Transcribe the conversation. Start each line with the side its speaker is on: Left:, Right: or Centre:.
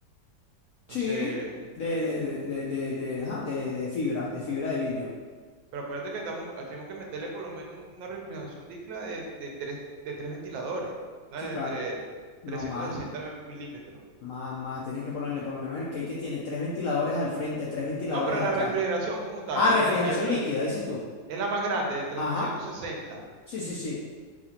Left: Sí,
Right: no sé.
Left: de, de, de, de, de, de, ajá, de- de fibra, de fibra de vidrio.
Right: Pero acuérdate que estamos, ah, tenemos que meterle por lo menos una refrigeración dicla de, de, tres, de tres ventiladores, una
Left: Sí,
Right: de
Left: claro,
Right: tres-
Left: no
Right: trescientos
Left: más,
Right: sesenta milímetros.
Left: más, más. Tienes que ponerle por lo menos el cake que tiene tres ventiladores al frente, tres ventiladores
Right: No, pero
Left: atrás.
Right: la refrigeración como tal,
Left: Ah, refrigeración
Right: ella, ella tra-
Left: líquida, dices tú.
Right: es la más grande de trescientos
Left: Ajá,
Right: sesenta.
Left: sí, sí, sí.